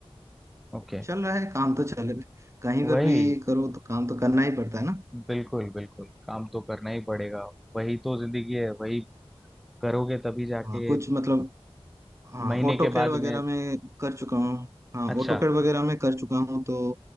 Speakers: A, in the centre; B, on the right.
A: ओके
B: चल रहा है काम तो चल रहा है कहीं
A: वही
B: पर भी करो तो काम तो करना ही पड़ता है ना
A: बिल्कुल बिल्कुल काम तो करना ही पड़ेगा वही तो जिंदगी है वही करोगे तभी जाके
B: हाँ कुछ मतलब हाँ
A: महीने
B: ऑटो
A: के
B: कैड
A: बाद
B: वगैरह
A: में
B: में कर चुका हूँ हाँ
A: अच्छा
B: ऑटो कैड वगैरह में कर चुका हूँ तो